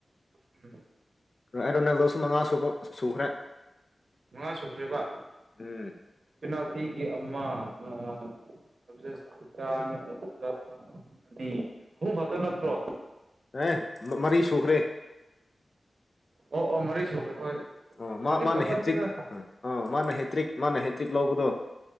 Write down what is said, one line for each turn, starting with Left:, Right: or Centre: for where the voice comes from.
Right: ꯎꯝ
Left: ꯀ꯭ꯔꯥꯏ ꯔꯣꯅꯥꯜꯗꯣꯁꯨ ꯃꯉꯥ ꯁꯨꯕ ꯁꯨꯈ꯭ꯔꯦ
Right: ꯃꯉꯥ ꯁꯨꯈ꯭ꯔꯦꯕ
Left: ꯎꯝ
Right: ꯄꯤꯅꯥꯜꯇꯤꯒꯤ ꯑꯃ ꯅ ꯑꯖꯁꯇꯥꯟ ꯑꯗꯨꯒ ꯑꯅꯤ ꯑꯍꯨꯝ ꯈꯛꯇ ꯅꯠꯇ꯭ꯔꯣ
Left: ꯑꯦꯟ ꯃ ꯃꯔꯤ ꯁꯨꯈ꯭ꯔꯦ
Right: ꯑꯣ ꯑꯣ ꯃꯔꯤ ꯁꯨꯈ꯭ꯔꯕꯣꯏ
Left: ꯑꯣ ꯃꯥ
Right: ꯃꯔꯤ
Left: ꯃꯥꯅ
Right: ꯈꯛꯇꯅꯤꯗ
Left: ꯍꯦꯇ꯭ꯔꯤꯛ ꯑꯥ ꯃꯥꯅ ꯍꯦꯇ꯭ꯔꯤꯛ ꯃꯥꯅ ꯍꯦꯇ꯭ꯔꯤꯛ ꯂꯧꯕꯗꯣ